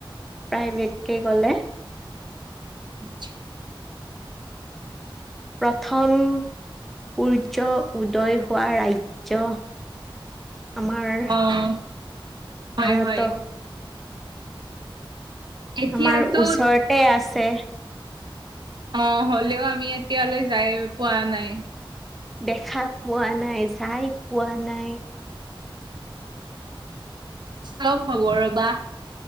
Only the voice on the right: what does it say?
আচ্ছা।
অ' হয়
হয় এতিয়াতো
অ', হ'লেও আমি এতিয়ালৈ যাইয়ে পোৱা নাই।
চব হ'ব ৰবা,